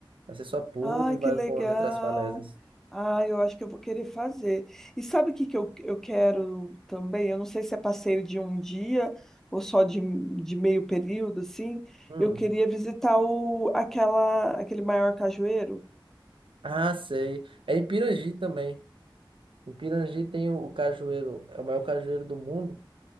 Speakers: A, on the right (about 75°); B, in the centre.
A: Aí você só pula
B: Ai,
A: e vai
B: que legal.
A: voando entre as falésias.
B: Ai, eu acho que eu vou querer fazer. E sabe o que que eu, eu quero também? Eu não sei se é passeio de um dia ou só de, de meio período, assim.
A: Hum.
B: Eu queria visitar o, aquela, aquele maior cajueiro.
A: Ah, sei. É em Pirangi também. Em Pirangi tem o, o cajueiro, é o maior cajueiro do mundo.